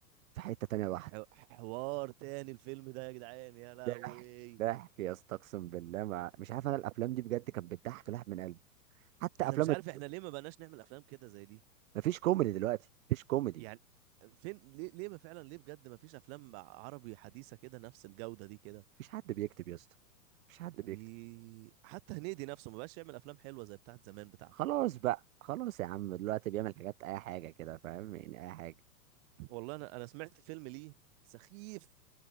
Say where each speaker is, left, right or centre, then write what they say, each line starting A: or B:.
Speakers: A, on the right; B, on the right.
A: في حته تانيه
B: ح-
A: لوحده
B: حوار تاني الفيلم ده يا جدعان يا لهوي
A: ضحك ضحك يا اسطى اقسم بالله مع... مش عارف انا الافلام دي بجد كانت بتضحك الواحد من قلبي حتى
B: انا
A: افلام
B: مش عارف
A: الت-
B: احنا ليه ما بقناش نعمل افلام كده زي دي
A: مفيش كوميدي دلوقتي مفيش كوميدي
B: يعني فين ليه ليه ما فعلا ليه بجد ما فيش افلام عربي حديثة كده نفس الجودة دي كده
A: مفيش حد بيكتب يا اسطى مفيش حد
B: وحتى
A: بيكتب
B: هنيدي نفسه ما بقاش يعمل افلام حلوة زي بتاعت زمان بتاعته
A: خلاص بقى خلاص يا عم دلوقتي بيعمل حاجات اي حاجه كده فاهم يعني اي حاجه
B: والله انا انا سمعت فيلم ليه سخيف